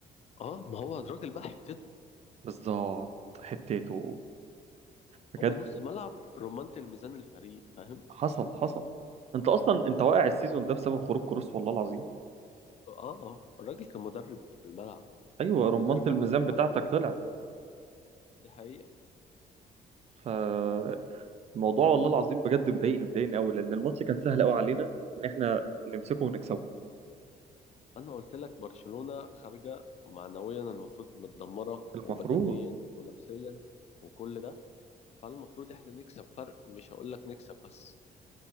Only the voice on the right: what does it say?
بالظبط حتته بجد
حصل حصل انت اصلا انت
واقع السيزون ده بسبب خروج كروس والله العظيم
ايوه رمانة
الميزان
بتاعتك طلعت
فالموضوع والله العظيم بجد مضايقني مضايقني قوي لان الماتش كان سهل قوي علينا ان احنا نمسكه ونكسبه
المفروض